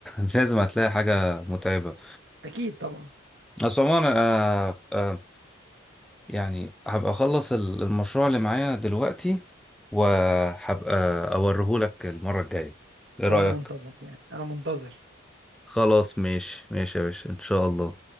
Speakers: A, in the centre; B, on the right.
A: <laughs> لازم هتلاقي حاجة متعبة
B: اكيد طبعا
A: بس عموما أنا آه، يعني هبقى أخلص ال- المشروع اللي معايا دلوقتي وهبقى أوريهولك المرة الجاية إيه
B: وانا
A: رأيك؟
B: منتظر يعني انا منتظر
A: خلاص ماشي ماشي يا باشا إن شاء الله